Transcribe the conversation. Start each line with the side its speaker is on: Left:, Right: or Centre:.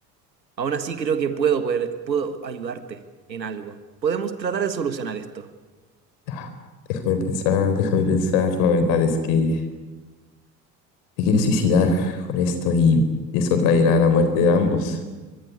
Right: Aún así creo que puedo poder- puedo ayudarte en algo. Podemos tratar de solucionar esto.
Left: Ah, Déjame pensar, déjame pensar. La verdad es que te quieres suicidar con esto y eso traerá la muerte de ambos.